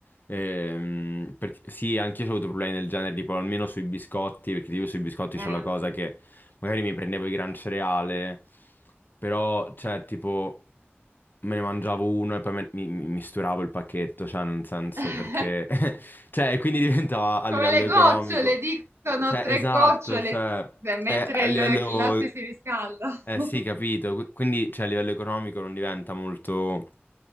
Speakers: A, on the left; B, on the right.
A: Ehm, perché- sì, anch'io ho avuto problemi del genere, tipo almeno sui biscotti, perché tipo sui biscotti c'è
B: eh.
A: la cosa che magari mi prendevo il gran cereale, però, cioè, tipo, me ne mangiavo uno e poi me- mi, mi misturavo il pacchetto, cioè, nel senso
B: <laughs>
A: perché... <laughs> cioè, e quindi diventava a livello
B: Come le
A: economico.
B: gocciole, dicono
A: Cioè,
B: tre
A: esatto,
B: gocciole,
A: cioè,
B: si- mentre
A: è a
B: il
A: livello...
B: latte si riscalda.
A: Eh
B: <laughs>
A: sì, capito. Qu- Quindi, cioè, a livello economico non diventa molto...